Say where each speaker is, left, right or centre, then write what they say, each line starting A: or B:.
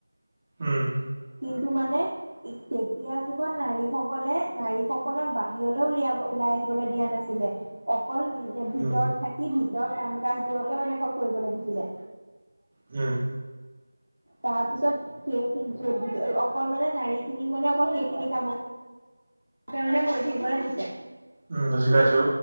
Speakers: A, on the right (about 25°); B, on the right (about 85°).
A: উম
B: কিন্তু মানে তেতিয়া যুগত নাৰীসকলে নাৰীসকলক বাহিৰলৈ উলিয়াব ওলাই আহিবলৈ দিয়া নাছিলে। অকল ভিতৰত
A: উম
B: থাকি ভিতৰ কাম কাজবোৰকে মানে কল কৰিব দিছিলে?
A: হম
B: তাৰ পিছত সেইখিনি? অকল মানে নাৰী খিনিক মানে অকল সেইখিনি কামত। তে মানে গৈ থাকিবলৈ দিছে।
A: উম বুজি পাইছো।